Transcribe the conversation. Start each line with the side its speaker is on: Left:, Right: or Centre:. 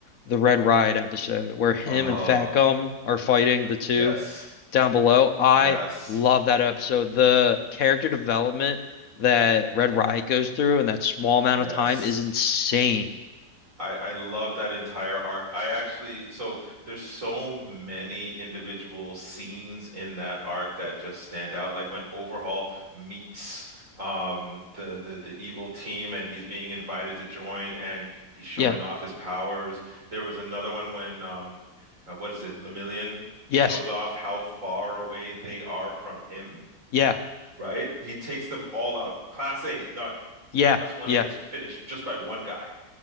Left: the Red Riot episode where him
Right: oh,
Left: and Fat Gum are fighting the two
Right: Yes.
Left: down below. I
Right: Yes.
Left: love that episode. The character development that Red Riot goes through in that small amount
Right: Yes.
Left: of time is insane.
Right: I, I love that entire arc. I actually, so there's so many individual scenes in that arc that just stand out. Like when Overhaul meets um the, the the evil team and he's being invited to join and he's showing
Left: Yeah.
Right: off his powers. There was another one when um uh, what is it, Lemillion shows
Left: Yes.
Right: off how far away they are from him
Left: Yeah.
Right: right? He takes them all out. Class A, done.
Left: Yeah.
Right: Class 1A
Left: Yeah.
Right: is finished just by one guy. <laughs>